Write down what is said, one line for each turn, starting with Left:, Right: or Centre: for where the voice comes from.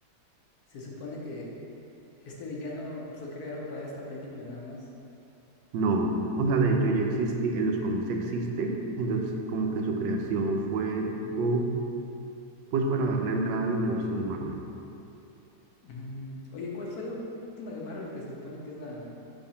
Left: Se supone que este villano fue creado para esta película nada más.
Right: No, o sea, de hecho ya existía, en los cómics existe, entonces como que su creación fue tipo pues para darle entrada al universo de Marvel.
Left: Mm, oye, ¿cuál fue la última de Marvel que se supone que es la,